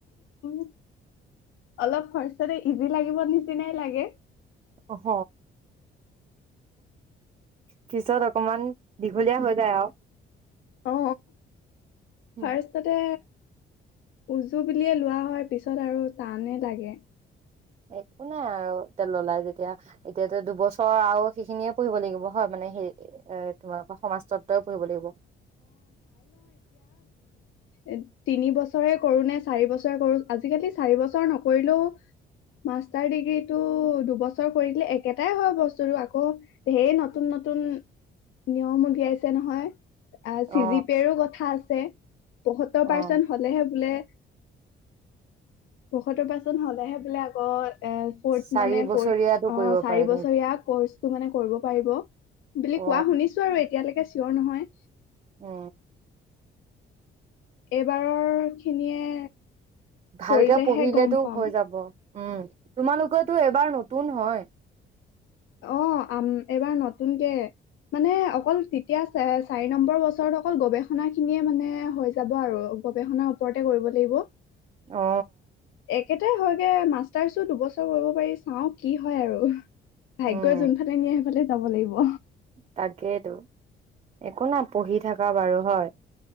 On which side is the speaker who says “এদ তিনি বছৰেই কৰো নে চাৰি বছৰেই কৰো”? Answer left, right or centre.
Left